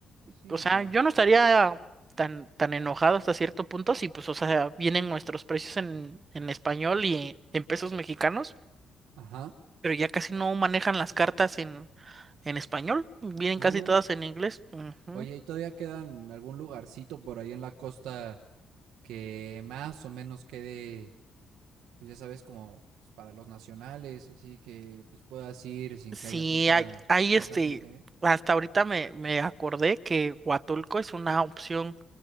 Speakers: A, on the right; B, on the right.
A: Sí,
B: O sea,
A: no.
B: yo no estaría tan, tan enojado hasta cierto punto si pues, o sea, vienen nuestros precios en, en español y en pesos mexicanos,
A: Ajá.
B: pero ya casi no manejan las cartas en en español, vienen
A: Uh,
B: casi todas en inglés. Ujú.
A: Oye, ¿y todavía quedan algún lugarcito por ahí en la costa que más o menos quede, pues ya sabes, como pues, para los nacionales, así que pues puedas ir sin
B: Sí,
A: que haya tanta
B: hay, hay
A: tanta
B: este,
A: gente? eh?
B: hasta ahorita me, me acordé que Huatulco es una opción